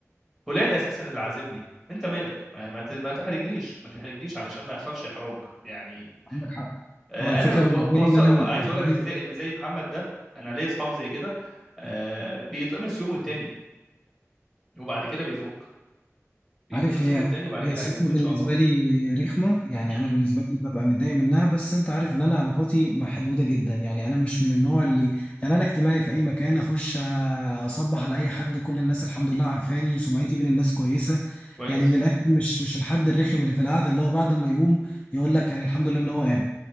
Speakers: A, in the centre; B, on the left.
A: فلان اساسا اللي عازمني انت مالك ما ما ت- ما تحرجنيش ما تحرجنيش علشان ما يحصلش احراج يعني
B: عندك حق
A: آه،
B: هو الفكره
A: انا و-
B: بالنسبه
A: وبص
B: لي ان انا
A: عايز
B: مش
A: اقول لك
B: عايز
A: اللي زي اللي زي محمد ده انا ليا اصحابي زي كده آه، بيتقمص يومه التاني وبعد كده بيفك بيتقمص
B: عارف هي
A: يومه التاني وبعد
B: هي
A: كده
B: الصفة
A: هيفك ان
B: بالنسبة
A: شاء الله
B: لي رخمة يعني
A: امم
B: أنا بالنسبة لي ببقى متضايق منها بس أنت عارف إن أنا علاقاتي محدودة جدا يعني أنا مش من النوع اللي يعني أنا اجتماعي في أي مكان أخش آه، أصبح على أي حد كل الناس الحمد لله عارفاني سمعتي بين الناس كويسة
A: كويس
B: يعني من الآخر مش مش الحد الرخم اللي في القعدة اللي هو بعد ما يقوم يقول لك يعني الحمد لله إن هو قام